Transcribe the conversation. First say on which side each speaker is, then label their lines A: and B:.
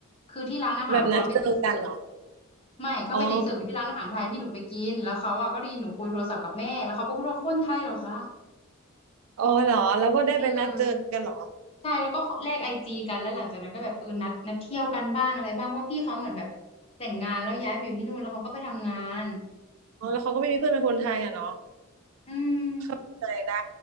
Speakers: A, on the left (about 25°); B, on the right (about 75°).
A: คือที่ร้านอาหารเขาเป็นเด็กเสิร์ฟ
B: แบบนัดเจอกันเหรอ
A: ไม่เขาเป็นเด็กเสิร์ฟอยู่ที่ร้านอาหารไทยที่หนูไปกินแล้วเขาอะก็ไดีหนูคุยโทรศัพท์กับแม่แล้วเขาก็พูดว่าคนไทยเหรอคะ
B: อ๋ออ๋อเหรอเราก็ได้ไปนัดเจอกันเหรอ
A: เออใช่แล้วก็แลกไอจีกันแล้วหลังจากนั้นก็แบบเออนัดนัดเที่ยวกันบ้างอะไรบ้างเพราะว่าพี่เขาเหมือนแบบแต่งงานแล้วย้ายไปอยู่ที่นู่นแล้วเขาก็ไปทำงาน
B: อ๋อแล้วเขาก็ไม่มีเพื่อนเป็นคนไทยอ่ะเนาะ
A: อืม
B: เข้าใจได้